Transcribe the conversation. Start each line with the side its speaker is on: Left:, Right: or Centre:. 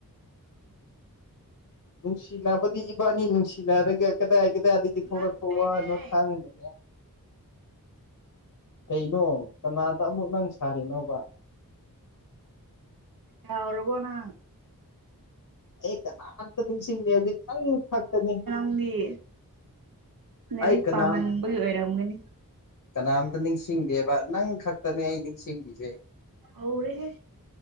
Left: ꯅꯨꯡꯁꯤꯅꯕꯗꯤ ꯏꯕꯥꯅꯤ ꯅꯨꯡꯁꯤꯅꯔꯒ ꯀꯗꯥꯏ ꯀꯗꯥꯏꯗꯒꯤ ꯊꯧꯔꯛ
Right: ꯅꯠꯇꯦꯍꯦ
Left: ꯊꯧꯕ ꯅ ꯊꯥꯡꯗꯔ ꯀꯩꯅꯣ ꯀꯅꯥꯗ ꯑꯃꯨꯛ ꯅꯪ ꯁꯥꯔꯤꯅꯣꯕ
Right: ꯑ ꯑꯣꯏꯔꯕꯣꯅ
Left: ꯑꯩ ꯀꯅꯥꯇ ꯅꯨꯡꯁꯤꯡꯃꯤ ꯑꯗꯨ ꯅꯪ ꯊꯥꯛꯅꯦ
Right: ꯪꯗꯤ ꯂꯥꯏꯔꯤꯛ
Left: ꯑꯩ ꯀꯅꯥꯝ
Right: ꯄꯥꯝꯃꯟꯕꯒꯤ ꯑꯣꯏꯔꯝꯒꯅꯤ
Left: ꯀꯅꯥꯝꯇ ꯅꯤꯡꯁꯤꯡꯗꯦꯕ ꯅꯪ ꯈꯛꯇꯅꯦ ꯑꯩ ꯅꯤꯡꯁꯤꯡꯂꯤꯁꯦ
Right: ꯍꯧꯔꯦꯍꯦ